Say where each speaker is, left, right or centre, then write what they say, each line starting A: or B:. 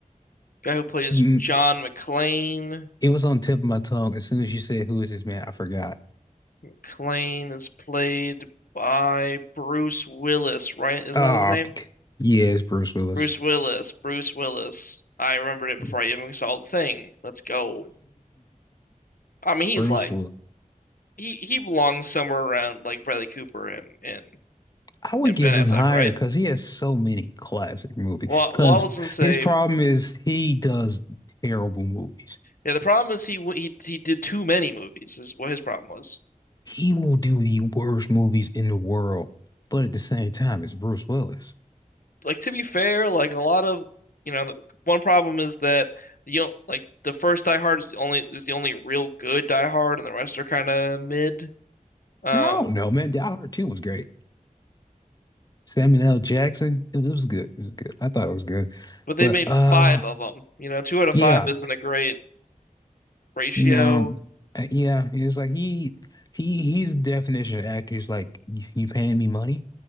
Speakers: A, on the left; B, on the left.
A: Guy who plays
B: Mm,
A: John McClane.
B: It was on the tip of my tongue. As soon as you said who is this man, I forgot.
A: McClane is played by Bruce Willis, right? Isn't
B: Oh,
A: that his name?
B: yeah, it's Bruce Willis.
A: Bruce Willis. Bruce Willis. I remembered it
B: <laughs> Bruce
A: before I even saw the thing. Let's go. I mean, he's
B: Willis.
A: like he he belongs somewhere around like Bradley Cooper and and
B: I would
A: and
B: give
A: Ben Affleck,
B: him higher
A: right?
B: because he has so many classic movies.
A: Well,
B: Because
A: well, I was gonna say,
B: his problem is he does terrible movies.
A: yeah. The problem is he w- he he did too many movies. Is what his problem was.
B: He will do the worst movies in the world, but at the same time, it's Bruce Willis.
A: like to be fair, like a lot of you know, one problem is that the o- like the first Die Hard is the only is the only real good Die Hard, and the rest are kind of mid. Um,
B: I don't know, man. Die Hard 2 was great. Samuel L. Jackson, it, was it was good. It was good. I thought it was good.
A: but they
B: But
A: made
B: uh
A: five of them. You know, two out of
B: yeah,
A: five isn't a great ratio.
B: no, uh, yeah, it's like he he he's the definition of actor. He's like, "Y- you paying me money?